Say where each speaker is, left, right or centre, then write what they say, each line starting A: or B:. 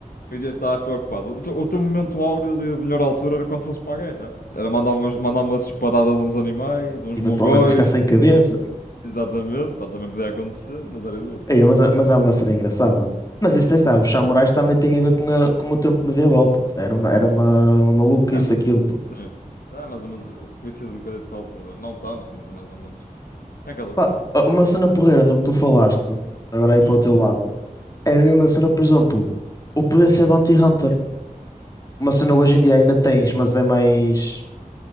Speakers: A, on the left; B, on the left.
A: fingias que estavas preocupado. O teu, o teu momento áureo ali, a melhor altura era quando fosse para a guerra. Era mandar umas, mandar umas espadadas a uns animais, uns
B: Eventualmente
A: mongóis.
B: ficar sem cabeça.
A: Exatamente, pá, também podia acontecer, mas era exótico.
B: Ei, mas, é- mas é uma cena engraçada. Mas isso aí está, os samurais também têm a ver com, a- com o tempo medieval, puto. Era uma, era uma, uma maluquice
A: É,
B: aquilo, puto.
A: sim. É mais ou menos. Coincide um bocadinho com a altura. Não tanto, mas mais ou menos. É aquela
B: Pá,
A: coisa.
B: uma cena porreira no que tu falaste, agora aí
A: Hum.
B: para o teu lado, era a mesma cena, por exemplo, o poder ser bounty hunter. Uma cena hoje em dia ainda tens, mas é mais,